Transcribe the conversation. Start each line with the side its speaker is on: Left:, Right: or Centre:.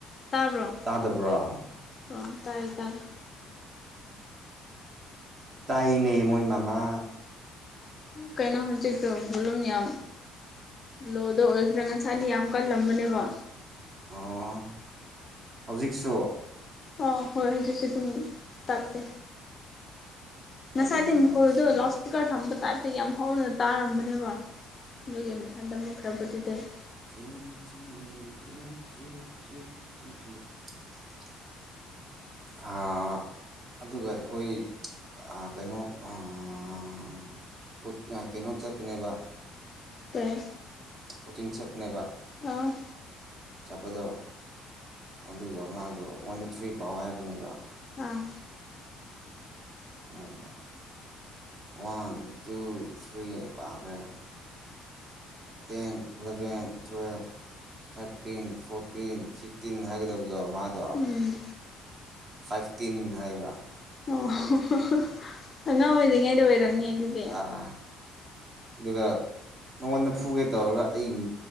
Left: ꯇꯥꯕ꯭ꯔꯣ?
Right: ꯇꯥꯗꯕ꯭ꯔꯣꯡ?
Left: ꯔꯣꯡ ꯇꯥꯏꯌꯦ ꯇꯥꯏꯌꯦ
Right: ꯇꯥꯏꯌꯦꯅꯦ ꯃꯣꯏ ꯃꯥꯃꯥ
Left: ꯀꯩꯅꯣ ꯍꯧꯖꯤꯛꯇꯣ ꯚꯣꯂꯨꯝ ꯌꯥꯝ ꯂꯣꯗ ꯑꯣꯏꯈ꯭ꯔꯦ ꯉꯁꯥꯏꯗꯤ ꯌꯥꯝ ꯀꯥꯜꯂꯝꯕꯅꯦꯕ
Right: ꯑꯣ ꯍꯧꯖꯤꯛꯁꯨ
Left: ꯑꯣ ꯍꯣꯏ ꯍꯧꯖꯤꯛꯁꯨ ꯑꯗꯨꯝ ꯇꯞꯄꯦ
Right: ꯀꯔꯤꯒꯤꯅꯣ
Left: ꯉꯁꯥꯏꯗꯤ ꯃꯈꯣꯜꯗꯨ
Right: ꯁꯤ
Left: ꯂꯥꯎꯗ ꯁ꯭ꯄꯤꯀꯔ ꯊꯝꯕ ꯇꯏꯞꯇꯥ ꯌꯥꯝ ꯍꯧꯅ ꯇꯥꯔꯝꯕꯅꯦꯕ ꯑꯗꯨꯒꯤ ꯃꯊꯟꯗ ꯃꯨꯠꯈ꯭ꯔꯕꯗꯨꯗꯩ
Right: <unintelligible> ꯑꯥ ꯑꯗꯨꯒ ꯑꯩꯈꯣꯏ ꯑꯥ ꯀꯩꯅꯣ ꯑꯥ ꯎꯠ ꯉꯥꯏ ꯀꯩꯅꯣ ꯆꯠꯄꯅꯦꯕ
Left: ꯀꯩ
Right: ꯀꯣꯆꯤꯡ ꯆꯠꯄꯅꯦꯕ
Left: ꯅꯧ
Right: ꯆꯠꯄꯗꯣ ꯑꯗꯨꯒ ꯃꯥꯗꯣ ꯋꯥꯟ ꯇꯨ ꯊ꯭ꯔꯤ ꯄꯥꯎ ꯍꯥꯏꯕꯅꯦꯕ
Left: ꯑꯥ
Right: <unintelligible> ꯋꯥꯟ ꯇꯨ ꯊ꯭ꯔꯤ ꯄꯥꯈ꯭ꯔꯦ ten eleven twelve thirteen fourteen fifteen ꯍꯥꯏꯒꯗꯕꯗꯣ ꯃꯥ ꯗꯣ
Left: ꯎꯝ
Right: ꯐꯥꯏꯚꯇꯤꯟ ꯍꯥꯏꯕ
Left: ꯑꯣ <unintelligible> ꯑꯉꯥꯡ ꯑꯣꯏꯔꯤꯉꯩꯗ ꯑꯣꯏꯔꯝꯅꯤ ꯑꯗꯨꯗꯤ
Right: ꯑꯥ ꯑꯗꯨꯒ ꯃꯉꯣꯟꯗ ꯐꯨꯒꯦ ꯇꯧꯔꯒ ꯑꯩ ꯎꯝ